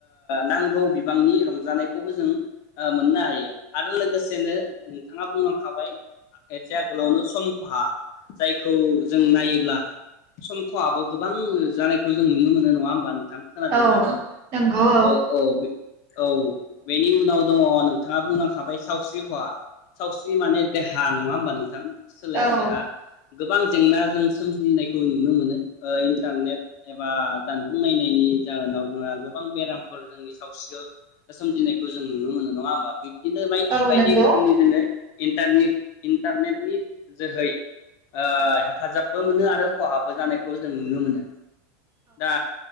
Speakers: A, on the left; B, on the right.
A: नांगौ बिबांनि रंजानायखौबो जों ओ मोननो हायो आरो लोगोसेनो नोंथाङा बुंलांखाबाय एसे आगोलावनो सम खहा जायखौ जों नायोब्ला सम खहाबो गोबां जानायखौ जों नुनो मोनो नङा होमबा नों थां खोनादोंना
B: औ नोंगौ
A: औ औ औ बेनि उनाव दङ नोंथाङा बुंलांखाबाय सावस्रि खहा। सावस्रि माने देहा नङा होमबा नोंथां? सोलेर
B: औ औ
A: देहा गोबां जेंनाजों सोमजिनायखौ नुनो मोनो ओ इन्टारनेट एबा जानबुं नायनायनि जाहोनाव जोंहा गोबां बेरामफोर जोंनि सावस्रियाव सोमजिनायखौ जों नुनो मोनो नङा होमबा बे बिदिनो बायदि
B: औ
A: बायदि
B: नोंगौ
A: रोखोमनि
B: औ
A: जोङो दानि इन्टारनेटनि जोहै ओ हेफाजाबबो मोनो आरो खहाबो जानाय खौ जों नुनो मोनो दा